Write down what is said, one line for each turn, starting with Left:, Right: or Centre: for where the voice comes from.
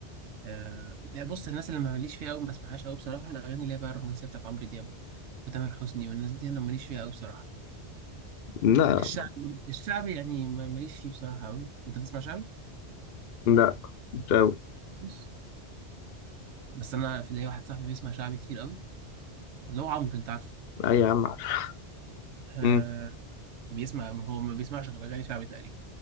Right: آه بص الناس اللي ما ماليش فيها قوي ما بسمعهاش قوي بصراحه الاغاني اللي هي بقى الرومانسيه بتاعت عمرو دياب وتامر حسني والناس دي انا ماليش فيها قوي بصراحه
Left: لا
Right: الشعبي الشعبي يعني ما- ماليش فيه بصراحه قوي انت بتسمع شعبي
Left: لا مش قوي
Right: بص بس انا في ليا واحد صاحبي بيسمع شعبي كتير قوي اللي هو عمرو انت عارف
Left: اي يا عم عارف
Right: آه
Left: امم
Right: بيسمع هو ما بيسمعش غير اغاني شعبي تقريبا